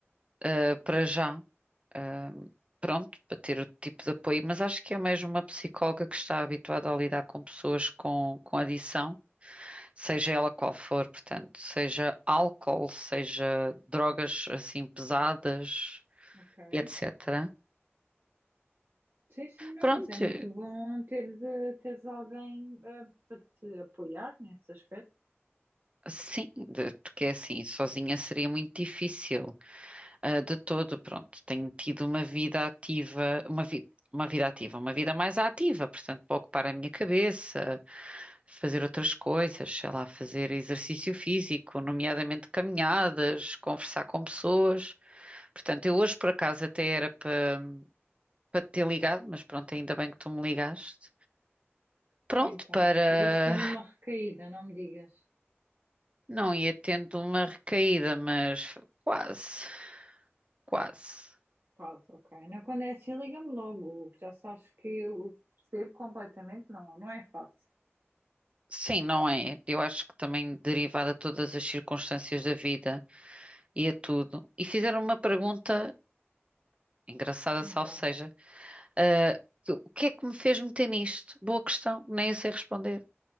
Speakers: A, on the right; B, on the right.
A: ah, para já. Ah, pronto, para ter o tipo de apoio, mas acho que é mesmo uma psicóloga que está habituada a lidar com pessoas com, com adição. seja ela qual for, portanto, seja álcool, seja drogas assim pesadas
B: Ok.
A: e etc.
B: Sim, sim, não,
A: Pronto,
B: mas é muito bom ter de, teres alguém ah, para te apoiar nesse aspecto.
A: sim, de- porque é assim, sozinha seria muito difícil. Ah, de todo, pronto, tenho tido uma vida ativa, uma vida. Uma vida ativa, uma vida mais ativa, portanto, para ocupar a minha cabeça, fazer outras coisas, sei lá, fazer exercício físico, nomeadamente caminhadas, conversar com pessoas. Portanto, eu hoje por acaso até era para para te ter ligado, mas pronto, ainda bem que tu me ligaste. Pronto,
B: Então,
A: para
B: ias tendo uma recaída, não me digas.
A: não ia tendo uma recaída, mas quase, quase.
B: Quase, ok. Não, quando é assim, liga-me logo, que já sabes que eu percebo completamente, não, não é fácil.
A: Sim, não é? Eu acho que também derivada de todas as circunstâncias da vida e a tudo. E fizeram uma pergunta, engraçada,
B: Então,
A: salvo seja, ah, que- o que é que me fez meter nisto? Boa questão, nem eu sei responder,